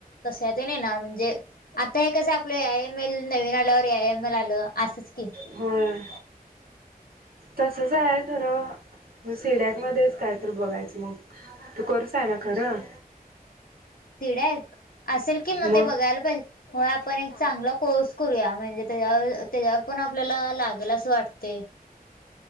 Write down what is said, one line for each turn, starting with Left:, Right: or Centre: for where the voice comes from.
Left: तश्या तेन येणार म्हणजे. आता हे कसं आपलं ए आय एम एल नवीन आल्यावर ए आय एम एल आलं आसंच की.
Right: होय! तसच आहे खरं सिड्याक मध्येच काय तर बघायचं मंग. तू कोर्स आहे नां खरं.
Left: सिड्याक असेल कि म
Right: मग
Left: ते बघायला पाहिजे म्हणून आपण एक चांगला कोर्स करूया म्हणजे. त्यावर त्याच्यावर पण आपल्याला लागल असं वाटते.